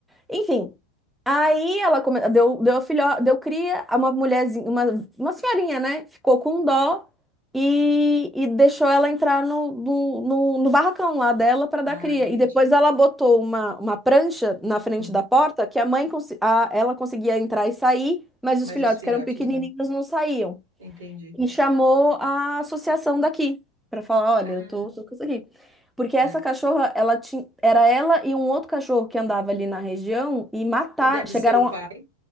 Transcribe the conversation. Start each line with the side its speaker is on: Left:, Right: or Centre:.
Centre: Enfim, aí ela come- deu, deu, filho, deu cria a uma mulherzinha, uma, uma senhorinha, né? Ficou com dó e, e deixou ela entrar no, no, no- no barracão lá dela para
Right: Ah,
Centre: dar cria.
Right: entendi.
Centre: E depois ela botou uma, uma prancha na frente
Right: Hum.
Centre: da porta que a mãe, consi- a- ela conseguia entrar e sair, mas
Right: Mas
Centre: os filhotes
Right: os filhotes
Centre: que eram pequenininhos
Right: não.
Centre: não saíam
Right: Entendi.
Centre: e chamou a associação daqui para falar, olha,
Right: Ah,
Centre: eu tô, tô com isso aqui. Porque
Right: é.
Centre: essa cachorra, ela tinha, era ela e um outro cachorro que andava ali na região e mataram,
Right: Que deve
Centre: chegaram
Right: ser o pai.
Centre: a-